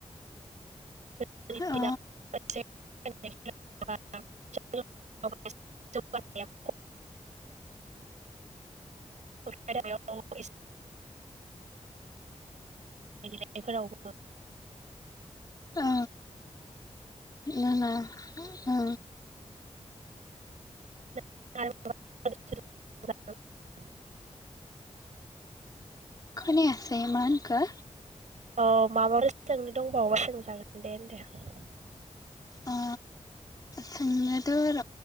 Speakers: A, on the right; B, on the left.
A: <unintelligible>
B: औ
A: <unintelligible> <unintelligible> <unintelligible> गेलेनायफोरावबो
B: ओ। नोङा औ।
A: <unintelligible>
B: खोनायासै मा होनखो
A: औ माबाफोर सोंनो दंबावोबा सोंजागोन दे होनदो।
B: अ सोंनोथ र